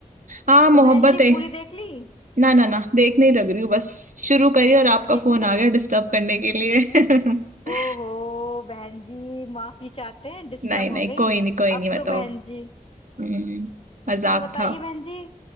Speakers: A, on the right (about 70°); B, on the left (about 45°).
A: हाँ मोहब्बत
B: तो बहन जी
A: है
B: पूरी देख ली
A: ना ना ना देख नहीं लग रही हूँ बस शुरू करी और आपका
B: देखने
A: फोन
B: लगे
A: आ गया डिस्टर्ब करने के लिए <laughs>
B: ओहो बहन जी माफी चाहते हैं डिस्टर्ब
A: नहीं नहीं
B: हो गई
A: कोई नहीं कोई नहीं
B: अब
A: बताओ
B: तो बहन जी
A: हम्म, मजाक
B: तो बताइए
A: था
B: बहन जी